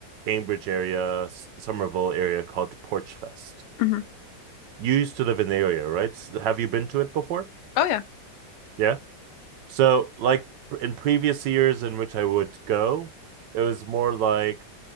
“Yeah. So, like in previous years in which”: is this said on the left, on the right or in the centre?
Right